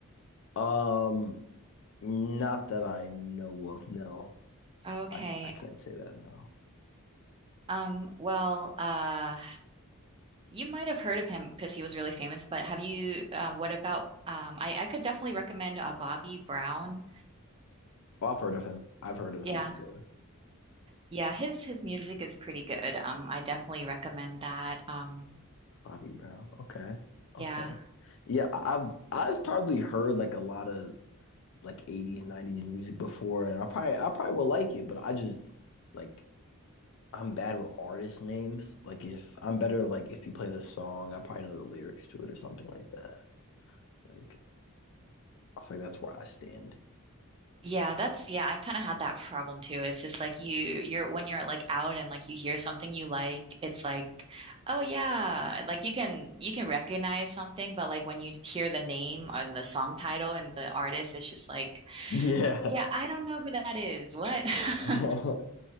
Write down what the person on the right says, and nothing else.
Okay.
Um, well, uh you might have heard of him because he was really famous, but have you uh, what about um I I could definitely recommend uh, Bobby Brown.
Yeah.
Yeah, his his music is pretty good. Um I definitely recommend that. Um
yeah.
Yeah, that's yeah, I kind of had that problem too. It's just like you you're when you're like out and like you hear something you like, it's like, oh yeah, like you can you can recognize something, but like when you hear the name or the song title and the artist, it's just like,
yeah, I don't know who that is. What?
<laughs>